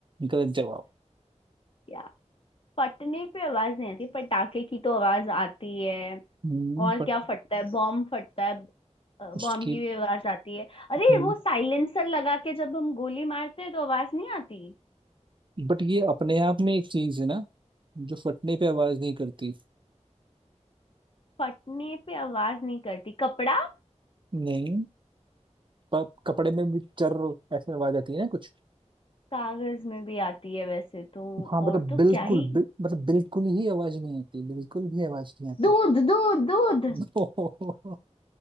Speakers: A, on the right; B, on the left.
A: गलत जवाब
B: क्या फटने पे आवाज नहीं आती पटाखे की तो आवाज आती है
A: हम्म,
B: और
A: पर
B: क्या फटता है बॉम्ब फटता है
A: उसकी
B: बॉम्ब की भी आवाज आती है अरे
A: हम्म,
B: वो साइलेंसर लगा के जब हम गोली मारते हैं तो आवाज नहीं आती
A: बट ये अपने आप में एक चीज है ना जो फटने पे आवाज नहीं करती
B: फटने पे आवाज नहीं करती कपड़ा
A: नहीं पर कपड़े में भी चर ऐसे आवाज आती है ना कुछ
B: कागज में भी आती है वैसे तो
A: हाँ मतलब
B: और तो
A: बिल्कुल
B: क्या ही
A: बिल, मतलब बिल्कुल ही आवाज नहीं आती बिल्कुल भी आवाज नहीं आती
B: दूध दूध दूध
A: <laughs>